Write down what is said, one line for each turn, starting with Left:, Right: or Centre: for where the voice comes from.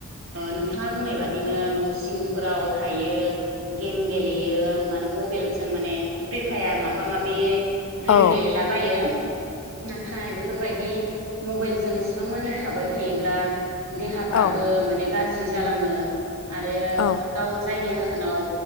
Right: नोंथाङा बुंनाय बादिनो न' सिंफोराव थायो गेम गेलेयो माने मबाइलजों माने फ्रि फायार माबा माबि
Left: औ
Right: गेम गेलेलाबायो। नाथाय बेफोरबायदि मबाइलजों एसेबां मानि थाबाय थायोब्ला देहाफ्राबो
Left: औ
Right: माने गाज्रि जालाङो। आरो
Left: औ
Right: गाव जायनि जा जाहोनाव